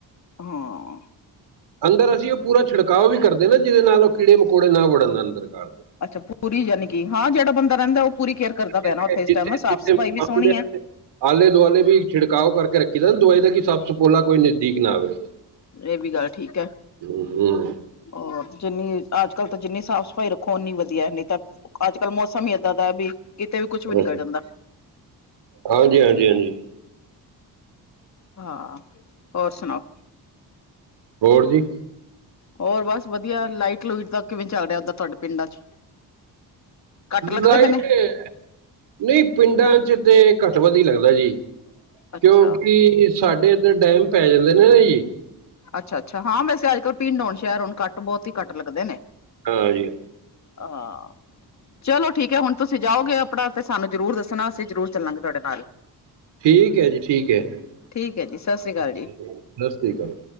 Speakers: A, on the left; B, on the right.
A: ਹਾਂ।
B: ਅੰਦਰ ਅਸੀਂ ਪੂਰਾ ਉਹ ਛਿਕਾਅ ਵੀ ਕਰਦੇ ਨਾ, ਜਿਹਦੇ ਨਾਲ ਉਹ ਮਕੌੜੇ ਨਾ ਵੜਨ ਅੰਦਰ ਘਰ ਦੇ।
A: ਅੱਛਾ ਪੂਰੀ ਜਾਨੀਕਿ ਹਾਂ ਜਿਹੜਾ ਬੰਦਾ ਰਹਿੰਦਾ ਉਹ ਪੂਰੀ ਕੇਅਰ ਕਰਦਾ ਪਿਆ
B: ਜਿੱਥੇ
A: ਨਾ, ਉਥੇ ਇਸ ਟਾਈਮ
B: ਜਿੱਥੇ
A: ਸਾਫ਼
B: ਜਿੱਥੇ
A: ਸਫ਼ਾਈ
B: ਮਕਾਨ
A: ਵੀ ਸੋਹਣੀ
B: ਦੇ
A: ਐ।
B: ਆਲੇ ਦੁਆਲੇ ਵੀ ਛਿੜਕਾਓ ਕਰਕੇ ਰੱਖੀ ਦਾ ਦਵਾਈ ਦਾ ਕਿ ਸੱਪ ਸਪੋਲਾ, ਕੋਈ ਨਜ਼ਦੀਕ ਨਾ ਆਵੇ ਉਥੇ।
A: ਇਹ ਵੀ ਗੱਲ ਠੀਕ ਐ।
B: ਹਮ,
A: ਹੋਰ ਜਿੰਨੀ ਅੱਜ ਕੱਲ ਤਾਂ ਜਿੰਨੀ ਸਾਫ਼ ਸਫ਼ਾਈ ਰੱਖੋ ਉਨੀਂ ਵਧੀਆ ਨੀ ਤਾਂ ਅੱਜ ਕੱਲ ਮੌਸਮ ਹੀ ਏਦਾਂ ਦਾ ਵੀ ਕਿਤੇ ਵੀ ਕੁੱਛ ਵੀ
B: ਹਮ।
A: ਨਿਕਲ
B: ਹਾਂਜੀ
A: ਜਾਂਦਾ।
B: ਹਾਂਜੀ -ਹਾਂਜੀ- ਹਾਂਜੀ।
A: ਹਾਂ ਹੋਰ ਸੁਣਾਓ?
B: ਹੋਰ ਜੀ।
A: ਹੋਰ ਬਸ ਵਧੀਆ ਲਾਈਟ ਲੁਟ ਦਾ ਕਿਵੇਂ ਚੱਲ ਰਿਹਾ ਉਦਰ ਤੁਹਾਡੇ ਪਿੰਡਾਂ ਚ। ਕੱਟ ਲੱਗਦੇ
B: ਲਾਈਟ
A: ਪਏ ਨੇ
B: ਏ ਨਹੀਂ ਪਿੰਡਾਂ ਚ ਤੇ ਘੱਟ ਵੱਧ ਹੀ ਲੱਗਦਾ ਜੀ
A: ਅੱਛਾ
B: ਕਿਉਂਕਿ ਸਾਡੇ ਇੱਧਰ ਡੈਮ ਪੈ ਜਾਂਦੇ ਨੇ ਨਾ ਜੀ।
A: ਅੱਛਾ -ਅੱਛਾ ਹਾਂ, ਵੈਸੇ ਅੱਜ ਕੱਲ ਪਿੰਡ ਹੋਣ ਸ਼ਹਿਰ ਹੋਣ ਕੱਟ ਬਹੁਤ ਹੀ ਘੱਟ ਲੱਗਦੇ ਨੇ।
B: ਹਾਂ ਜੀ
A: ਹਾਂ। ਚਲੋ ਠੀਕ ਹੈ ਹੁਣ ਤੁਸੀਂ ਜਾਓਗੇ ਆਪਣਾ ਤੇ ਸਾਨੂੰ ਜ਼ਰੂਰ ਦੱਸਣਾ, ਅਸੀਂ ਜ਼ਰੂਰ ਚੱਲਾਂਗੇ ਤੁਹਾਡੇ ਨਾਲ।
B: ਠੀਕ ਹੈ ਜੀ, ਠੀਕ ਹੈ ਸਤਿ
A: ਠੀਕ ਹੈ ਜੀ ਸ਼੍ਰੀ ਅਕਾਲ ਜੀ।
B: ਸ਼੍ਰੀ ਅਕਾਲ ਜੀ।